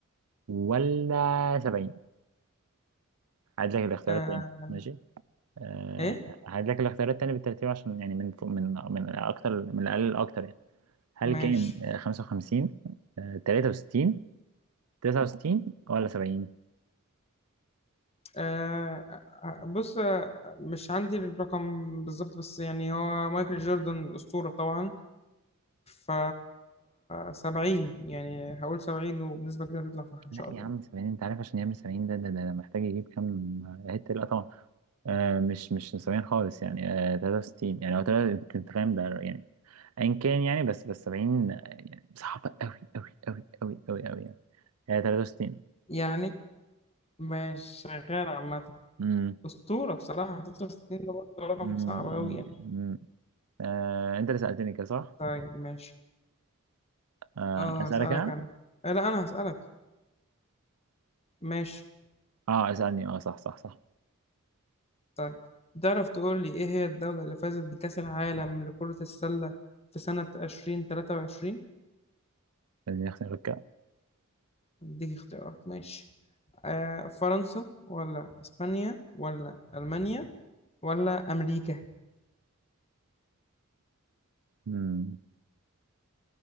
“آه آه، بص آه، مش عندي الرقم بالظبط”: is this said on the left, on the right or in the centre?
Left